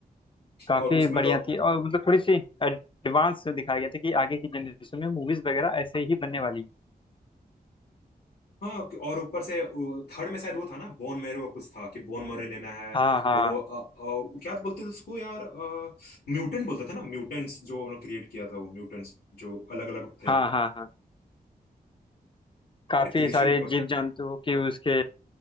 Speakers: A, on the left (about 30°); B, on the left (about 80°).
A: काफी
B: और उसमें
A: बढ़िया
B: तो
A: थी और मतलब थोड़ी सी एडवांस दिखाया गया था कि आगे की जनरेशन में मूवीज वगैरह ऐसे ही बनने वाली
B: हाँ और ऊपर से थर्ड में शायद वो था ना बोन मैरो का कुछ था कि बोन मैरो लेना है
A: हाँ
B: और
A: हाँ
B: वो अ, अ, वो क्या बोलते थे उसको यार म्यूटेंट बोलते थे ना म्यूटेंट्स जो उन्होंने क्रिएट किया था वो म्यूटेंट्स जो अलग अलग थे
A: हाँ हाँ हाँ काफी
B: अरे क्रिश
A: सारे
B: भी
A: जीव जंतु की उसके